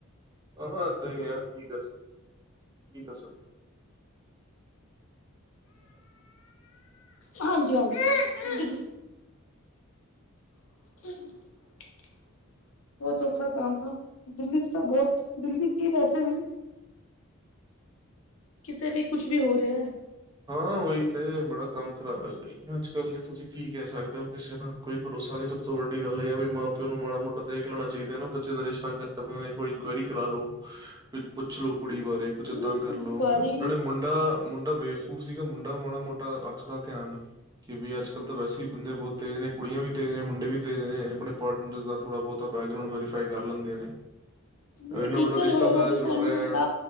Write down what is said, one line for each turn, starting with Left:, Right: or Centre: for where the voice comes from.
Right: ਅਹ ਏਦਾ ਹੀ ਆ ਕੀ ਕਰ ਸਕਦੇ ਕੀ ਕਰ ਸਕਦੇ।
Left: ਹਾਂਜੀ ਹਾਂਜੀ। <inaudible> ਬਹੁਤ ਔਖਾ ਕੰਮ ਹੈ ਦਿੱਲੀ ਚ ਤਾਂ ਬਹੁਤ ਦਿੱਲੀ ਕੀ ਵੈਸੇ ਵੀ। ਕਿਤੇ ਵੀ ਕੁਛ ਵੀ ਹੋ ਰਿਹਾ।
Right: ਹਾਂ ਉਹੀ ਤੇ ਬੜਾ ਕੰਮ ਖਰਾਬ ਹੈ ਬਾਈ ਅੱਜ ਕੱਲ ਤੁਸੀਂ ਕੀ ਕਹਿ ਸਕਦੇ ਹੋ ਕਿਸੇ ਦਾ ਕੋਈ ਭਰੋਸਾ ਨਹੀਂ ਸਭ ਤੋਂ ਵੱਡੀ ਗੱਲ ਇਹ ਹੈ ਵੀ ਮਾਂ ਪਿਓ ਨੂੰ ਮਾੜਾ ਮੋਟਾ ਦੇਖ ਲੈਣਾ ਚਾਹੀਦਾ ਬੱਚੇ ਦਾ ਰਿਸ਼ਤਾ ਕਰ ਕੋਈ ਇਨਕੁਆਇਰੀ ਕਰਾ ਲੋ। ਪੁੱਛ ਲੋੋ ਕੁੜੀ ਬਾਰੇ ਕੁਝ ਇਦਾਂ
Left: ਹੁਣ
Right: ਕਰਲੋ
Left: ਇਨਕੁਆਇਰੀ
Right: ਨਾਲੇ ਮੁੰਡਾ ਮੁੰਡਾ ਬ। ਬੇਵਕੂਫ ਸੀਗਾ ਮੁੰਡਾ ਮਾੜਾ ਮੋਟਾ ਰੱਖਦਾ ਧਿਆਨ। ਕਿ ਵੀ ਅੱਜ ਕੱਲ ਤਾਂ ਵੈਸੇ ਬੰਦੇ ਬਹੁਤ ਤੇਜ਼ ਨੇ ਕੁੜੀਆਂ ਵੀ ਤੇਜ਼ ਨੇ ਮੁੰਡੇ ਵੀ ਤੇਜ਼ ਨੇ ਆਪਣੇ ਪਾਰਟਨਰ ਦਾ ਥੋੜਾ ਬਹੁਤ। ਤਾਂ ਬੈਕਗਰਾਊਂਡ ਵੈਰੀਫਾਈ ਕਰ ਲੈਂਦੀਆਂ ਨੇ।
Left: ਨਹੀਂ
Right: ਇੰਨਾ
Left: ਕੀਤਾ
Right: ਵੱਡਾ ਰਿਸ਼ਤਾ
Left: ਹੀ ਹੋਏਗਾ
Right: ਤਾਂ
Left: ਦੇਖੋ
Right: ਜੁੜ
Left: ਇੰਨੀ
Right: ਰਿਹਾ
Left: ਵੱਡਾ।
Right: ਹੈ।